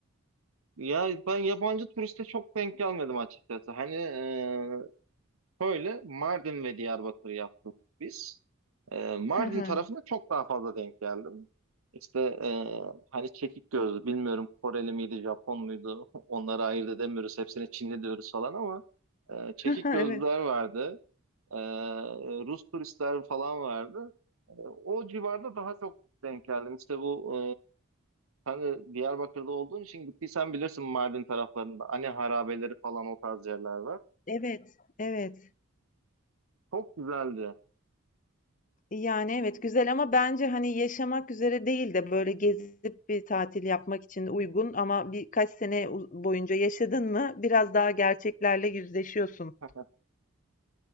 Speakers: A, on the right; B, on the left.
A: Ya ben yabancı turiste çok denk gelmedim açıkçası. Hani e, şöyle Mardin ve Diyarbakır yaptık biz. E, Mardin
B: Hı hı.
A: tarafında çok daha fazla denk geldim. İşte e, hani çekik gözlü bilmiyorum Koreli miydi Japon muydu <laughs> onları ayırt edemiyoruz hepsine Çinli diyoruz falan ama e, çekik
B: <laughs> Evet.
A: gözlüler vardı. E, Rus turistler falan vardı. E, o civarda daha çok denk geldim. İşte bu Sen de Diyarbakır'da olduğun için gittiysen bilirsin Mardin taraflarında. Hani harabeleri falan o tarz yerler var.
B: Evet. Evet.
A: Çok güzeldi.
B: Yani evet güzel ama bence hani yaşamak üzere değil de böyle gezip bir tatil yapmak için uygun ama birkaç sene u- boyunca yaşadın mı biraz daha gerçeklerle yüzleşiyorsun.
A: <laughs>